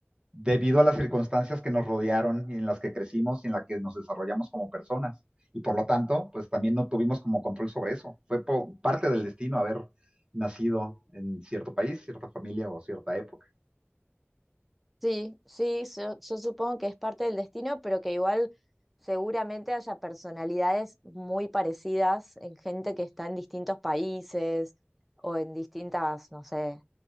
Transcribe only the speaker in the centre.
Sí, sí, yo, yo supongo que es parte del destino, pero que igual seguramente haya personalidades muy parecidas en gente que está en distintos países o en distintas, no sé,